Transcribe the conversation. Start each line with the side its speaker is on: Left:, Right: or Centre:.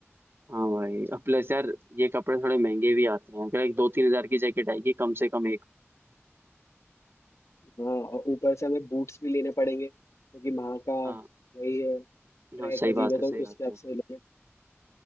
Right: हाँ भाई अब प्लस यार ये कपड़े थोड़े महंगे भी आते हैं अगर एक दो तीन हजार की जैकेट आएगी कम से कम एक
Left: हाँ और ऊपर से हमें बूट्स भी लेने पड़ेंगे क्योंकि वहाँ का वही
Right: हाँ
Left: है ट्रैक
Right: हाँ सही
Left: अजीब
Right: बात
Left: है
Right: है
Left: तो
Right: सही
Left: उस
Right: बात
Left: हिसाब
Right: है
Left: से लेंगे